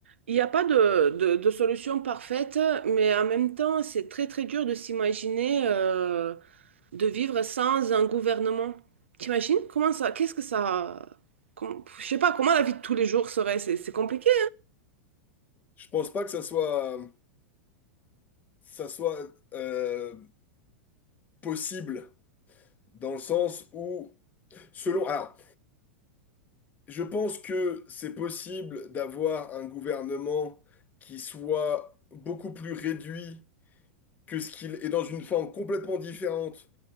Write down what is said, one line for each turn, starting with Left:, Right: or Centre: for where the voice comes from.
Right: Il n'y a pas de, de- de solution parfaite, mais en même temps, c'est très très dur de s'imaginer euh, de vivre sans un gouvernement. T'imagines? Comment ça? Qu'est-ce que ça... com- je sais pas, comment la vie de tous les jours serait? C'est c'est compliqué,
Left: Je pense pas que ça soit, ça soit euh, possible dans le sens où, selon, alors, je pense que c'est possible d'avoir un gouvernement qui soit beaucoup plus réduit que ce qu'il est dans une forme complètement différente